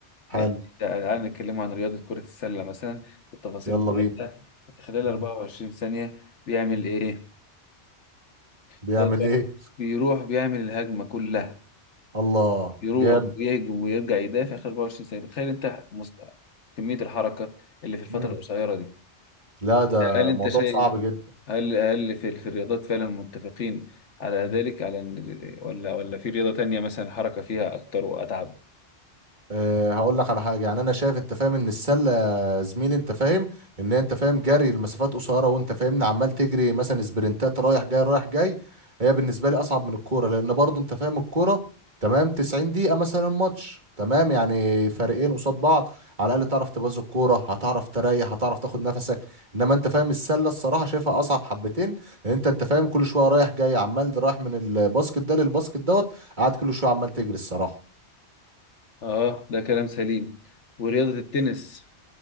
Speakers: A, on the right; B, on the left.
A: حلو
B: يعني ده الآن نتكلم عن رياضة كرة السلة مثلا التفاصيل
A: يلا
B: بتاعتها
A: بينا
B: في خلال
A: مم،
B: 24 ثانية بيعمل
A: مم.
B: إيه؟
A: بيعمل
B: خلال
A: ايه
B: بيروح بيعمل الهجمة كلها
A: الله
B: يروح
A: جامد
B: ويهجم ويرجع يدافع خلال 24 ثانية تخيل أنت مست... كمية الحركة اللي في الفترة
A: مم.
B: القصيرة دي
A: لا ده
B: هل أنت
A: موضوع
B: شايف
A: صعب جدا
B: هل هل في, في الرياضات فعلا متفقين على ذلك
A: مم.
B: على إن- ولا ولا في رياضة تانية مثلا الحركة فيها أكتر وأتعب؟
A: أه هقول لك على حاجه يعني انا شايف انت فاهم ان السله يا زميلي انت فاهم ان انت فاهم جري المسافات قصيره وانت فاهمني عمال تجري مثلا سبرنتات رايح جاي رايح جاي هي بالنسبه لي اصعب من الكوره لان برضو انت فاهم الكوره تمام 90 دقيقه مثلا ماتش تمام يعني فريقين قصاد بعض على الاقل تعرف تبوظ الكوره هتعرف تريح هتعرف تاخد نفسك انما انت فاهم السله الصراحه شايفها اصعب حبتين لان انت انت فاهم كل شويه رايح جاي عمال رايح من الباسكت ده للباسكت دوت قاعد كل شويه عمال تجري الصراحه
B: آه ده كلام سليم ورياضة التنس